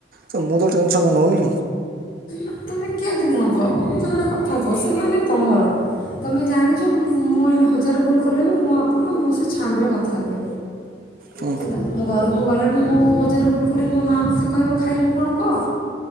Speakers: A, on the right (about 50°); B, on the left (about 50°).
A: ତ ମୁଁ ତ ଟେନସନ୍ ନଉନି।
B: ଏ ତୁମେ କେମତି ନବ ମୋତେ ଗୋଟେ କଥା କୁହ ସେମାନେ ତୋମର ତୋମେ ଜାଣିଚ ମୁଁ ଏଇନେ ହଜାରେ ଭୁଲ କଲେବି ମୋ ବାପା ମା ମୋ ସହ ଛାଁ ବେଳ କଥା ହେବେ।
A: ହୁଁ
B: ହେଲା। ମୁଁ ଘରକୁ ଗଲେ ବି ମୁଁ ହଜାରେ ଭୁଲ କଲେ ମୋ ମାଆ ମୋତେ କହିବ ଖାଇବୁ କଣ କଅ।